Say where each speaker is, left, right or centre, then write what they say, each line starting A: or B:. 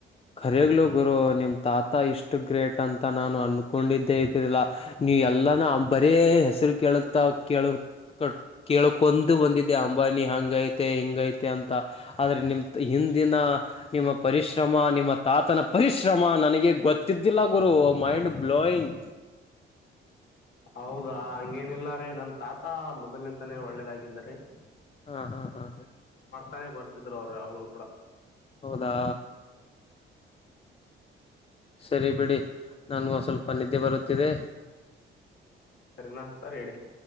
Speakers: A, on the left; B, on the left.
A: ಕರೆಗ್ಲು ಗುರು ನಿಮ್ ತಾತ ಇಷ್ಟು ಗ್ರೇಟ್ ಅಂತ ನಾನು ಅನ್ಕೊಂಡಿದ್ದೆ ಇದಿಲ್ಲ ನೀ ಎಲ್ಲಾನ ಬರೀ ಹೆಸ್ರು ಕೇಳುತ್ತವ್ ಕೇಳ್ ಕೇಳ್ಕೊಂಡ್ ಬಂದಿದೆೆ ಅಂಬಾನಿ ಹಂಗ ಐತೆ ಹಿಂಗ ಐತೆ ಅಂತ ತ ಆದ್ರೆ ನಿಮ್ ಪ್ರಿ ಹಿಂದಿನ ನಿಮ್ಮ ಪರಿಶ್ರಮ ಮ್ಮ ನಿಮ್ಮ ತಾತನ ಪರಿಶ್ರಮ ನನಗೆ ಗೊತ್ತಿದ್ದಿಲ್ಲ ಗುರು ಮೈಂಡ್ ಬ್ಲೋಯಿಂಗ್ <unintelligible>
B: ಹೌದಾ ಹಂಗೇನಿಲ್ಲ ರೀ ನನ್ ತಾತ ಮೊದಲಂತಾನೇ ಒಳ್ಳೇದಾಗಿದ್ ರಿ
A: ಹಾಹಾ ಹಾ
B: ತನೆ ಬರ್ತಿದ್ರು ಅವರು ಯಾವಾಗಲು ಕೂಡ
A: ಹೌದಾ ಸರಿ ಬಿಡಿ ನಾನಗ ಸ್ವಲ್ಪ ನಿದ್ದೆ ಬರುತ್ತಿದೆ
B: ಸರಿನಾ ಸರಿ ಹೇಳಿ